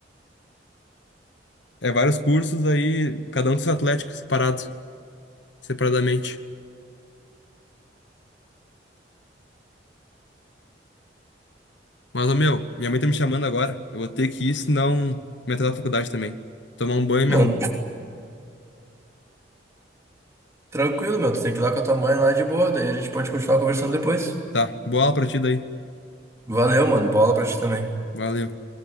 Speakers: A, on the left (about 80°); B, on the right (about 15°).
A: É vários cursos aí, cada um com seu atlético, separado, separadamente. Mas, ô, meu, minha mãe tá me chamando agora. Eu vou ter que ir, senão me atrasar na faculdade também. Tomar um banho e me
B: mano,
A: arrumar.
B: tranquilo, meu. Tu tem que ir lá com a tua mãe lá de boa, daí a gente pode continuar conversando depois.
A: Tá, boa aula pra ti daí.
B: Valeu, mano. Bola pra ti também.
A: Valeu.